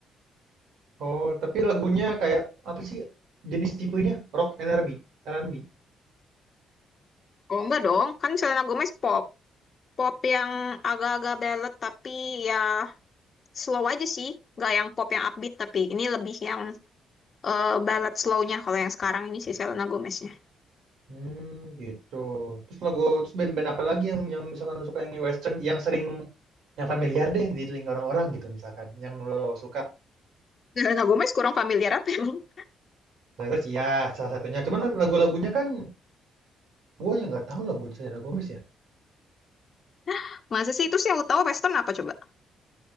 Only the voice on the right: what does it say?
Oh, tapi lagunya kayak apa sih? Jenis tipenya rock and R&B, R&B.
Hmm, gitu. Terus lagu terus band-band apa lagi yang yang misalkan lo suka yang western, yang sering yang familiar deh di telinga orang-orang gitu misalkan, yang lo suka
Terus ya salah satunya. Cuman kan lagu-lagunya kan gue yang nggak tahu lagu Selena Gomez ya.